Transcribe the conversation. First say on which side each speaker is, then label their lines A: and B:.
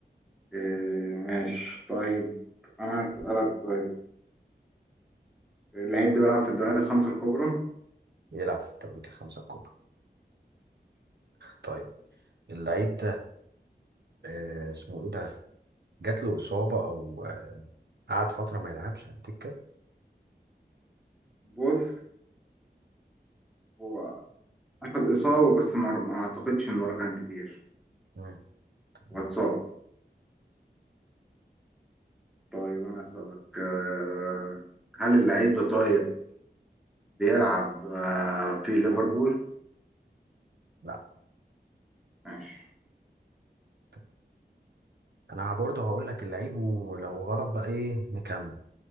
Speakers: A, in the centre; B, on the right.
A: آه، ماشي طيب انا هسألك طيب اللعيب ده بيلعب في الدوريات الخمس الكبرى
B: بيلعب في الدوريات الخمسة الكبرى طيب اللعيب ده آه، اسمه ايه ده جات له إصابة او آه، قعد فترة ما يلعبش على الدكة
A: بص هو أخد إصابة بس ما ما أعتقدش إن وراه كان كتير
B: مم، مم.
A: هو اتصاب طيب أنا أسألك آه، هل اللعيب ده طيب بيلعب آه، في ليفربول؟
B: لا
A: ماشي
B: طب انا برضه هقول لك اللعيب ولو غلط بقى ايه نكمل